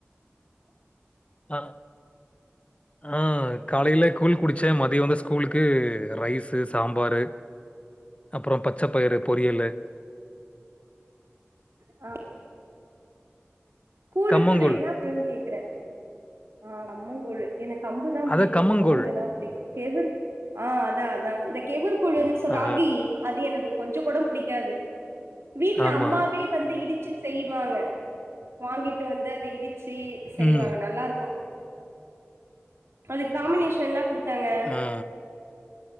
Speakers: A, on the left; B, on the right.
A: ஆ ஆ காலைல கூழ் குடிச்ச மதியோ வந்து ஸ்கூலுக்கு ரைஸு சாம்பாரு அப்பறோ பச்ச பயரு பொரியலு
B: ஆ கூழு
A: கம்மங்கூழ்.
B: கூழு என்னா கூழுன்னு கேக்குற ஆ கம்மங்கூழு எனக்கு கம்புதா
A: அதான்
B: புடிக்கு
A: கம்மங்கூழ்.
B: கம்மங்கூழுதா புடிக்கு கேவு ஆ அதா அதா இந்த கேவுரு கூழுனு சொ ராகி
A: ஆ,
B: அது எனக்கு கொஞ்சோ கூட புடிக்காது வீட்ல
A: ஆமா.
B: அம்மாவே வந்து இடிச்சு செய்வாங்க வாங்கிட்டு வந்து அத இடிச்சி செய்வாங்க
A: ம்.
B: நல்லாருக்கு அதுக்கு காம்மினேஷன் என்னா குடுத்தாங்க
A: ஆ